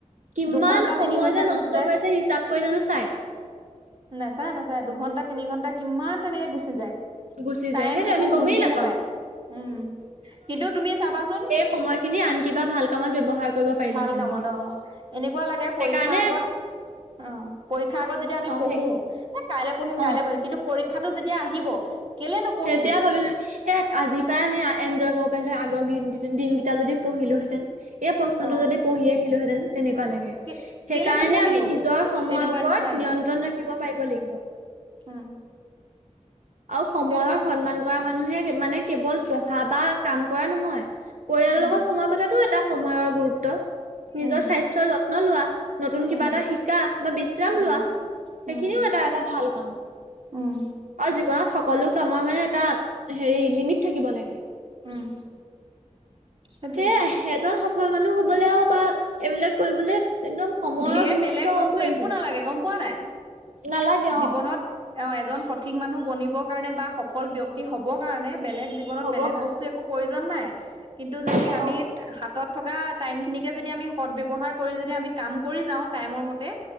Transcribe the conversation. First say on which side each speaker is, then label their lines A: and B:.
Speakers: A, on the right; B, on the right.
A: কিমান
B: দুঘন্টা
A: সময়
B: তিনি ঘন্টা
A: যে
B: গুচি
A: নষ্ট
B: যায়।
A: কৰিছে হিচাপ কৰি জানো চাই
B: নাচায় নাচাই দুঘণ্টা তিনি ঘণ্টা কিমান তেনেকে গুচি যায়
A: গুচি
B: টাইম
A: যায় সেইটো
B: একো
A: আমি গমেই
B: বুজিয়ে
A: নাপাওঁ
B: নাপায় উম কিন্তু তুমি চাবাচোন
A: সময় খিনি আন কিবা ভাল কামত ব্যৱহাৰ কৰিব পাৰিলোহেঁতেন
B: ভাল কামত
A: বুলি
B: অ এনেকুৱা লাগে
A: সেইকাৰণে
B: পৰীক্ষা আগত অ পৰীক্ষা আগত যদি আমি
A: অ
B: পঢ়ো
A: সেই
B: কাইলে পঢ়িম কাইলৈ
A: অ
B: পঢ়িম কিন্তু পৰীক্ষাটো যেতিয়া আহিব কেলে নপঢ়িলো
A: সতিয়া ভাবি সেই আজি পৰাই আমি এনজয় কৰিব পাৰিলোঁ আগৰ দিনকেইটা যদি পঢ়িলোহেঁতেন এই প্ৰশ্নতটো
B: অ
A: যদি পঢ়ি আহিলোহেতেন তেনেকুৱা লাগে
B: কে
A: সেই
B: কেলে
A: কাৰণে
B: নপঢ়িলো
A: আমি নিজৰ সময়ৰ
B: তেনেকুৱা
A: ওপৰত
B: নিচিনা লাগে
A: নিয়ন্ত্ৰণ ৰাখিব পাৰিব লাগিব
B: উম
A: আৰু সময়ৰ
B: সেইটোৱে
A: সন্মান কৰা মানুহে মানে কেৱল পঢ়া বা কাম কৰা নহয়। পৰিয়ালৰ
B: উম
A: লগত সময় কটোৱাটো এটা সময়ৰ গুৰুত্ব। নিজৰ
B: উম
A: স্বাস্থ্যৰ যত্ন লোৱা, নতুন
B: উম
A: কিবা এটা শিকা বা বিশ্ৰাম
B: উম
A: লোৱা। সেইখিনিও
B: উম
A: এটা এটা ভাল কাম।
B: উম।
A: অ' জীৱৰ সকলো কামৰ মানে এটা হেৰি লিমিট থাকিব লাগে।
B: উম। সেইটোৱে
A: সেয়াই এজন সফল মানুহ হ'বলৈও বা এইবিলাক কৰিবলৈ একদম সময়ৰ
B: ঢেৰ
A: গুৰুত্ব
B: বেলেগ বস্তু
A: অপৰিসীম
B: একো নালাগে গম পোৱা নাই?
A: নালাগে
B: জীৱনত
A: অ'।
B: অ' এজন সঠিক মানুহ বনিবৰ কাৰণে বা সফল ব্যক্তি হ'বৰ কাৰণে বেলেগ জীৱনত
A: হ'ব
B: বেলেগ
A: কাৰণে
B: বস্তু একো প্ৰয়োজন নাই। কিন্তু যদি
A: অ',
B: আমি হাতত থকা টাইমখিনিকে যদি আমি সদব্যৱহাৰ কৰি যদি আমি কাম কৰি যাওঁ টাইমৰ মতে